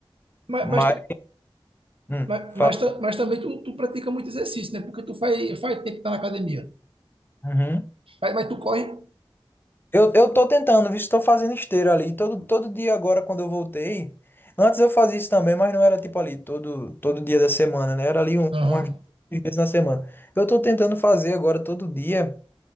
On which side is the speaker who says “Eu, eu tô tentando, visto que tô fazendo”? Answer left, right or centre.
Left